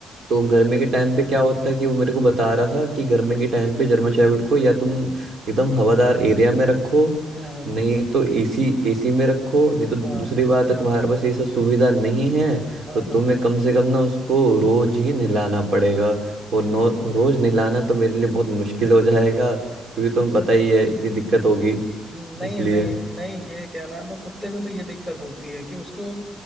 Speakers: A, on the right; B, on the right.
A: तो गर्मी के टाइम पे क्या होता है कि वो मेरे को बता रहा था कि गर्मी के टाइम पे जर्मन शेफर्ड को या तुम एकदम हवादार एरिया में रखो
B: हाँ
A: नहीं तो एसी एसी में रखो नहीं तो दूसरी
B: हाँ
A: बात है तुम्हारे पास ये सब सुविधा नहीं है
B: हाँ
A: तो तुम्हें
B: हाँ
A: कम से कम ना उसको रोज ही नहलाना पड़ेगा
B: हम्म
A: और नो रोज नहलाना तो मेरे लिए बहुत मुश्किल हो जाएगा क्योंकि तुम्हें पता ही है इतनी दिक्कत होगी
B: नहीं
A: इसलिए
B: नहीं नहीं ये क्या नाम है कुत्ते में तो ये दिक्कत होती है कि उसको